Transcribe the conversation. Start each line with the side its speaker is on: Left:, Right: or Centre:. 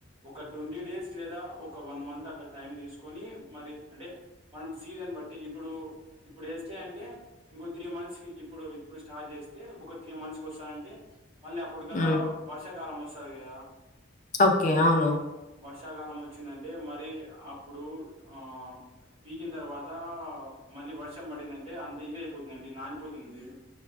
Right: ఒక టొంటీ డేస్ లేదా ఒక వన్ మంత్ అట్ల టైం దీస్కొని మరి అంటె మనం సీజన్ బట్టి ఇబ్బుడు ఇప్పుడేస్తే అంటే ఇంకో త్రీ మంత్స్ కి ఇప్పుడు ఇప్పుడు స్టార్ట్ జేస్తే ఒక త్రీ మంత్స్ కి వొస్తాంటే. మళ్ళి అప్పుడికల్లా
Left: హ్మ్.
Right: వర్షాకాలమొస్తాది కదా.
Left: ఒకే ఔను
Right: ర్షాకాలమొచ్చిందంటే మరి అప్పుడు అ పీకిన్ దర్వాత మళ్ళి వర్షం పడిందంటే అంత ఇదైపోతుందండి నానిపోతుంది.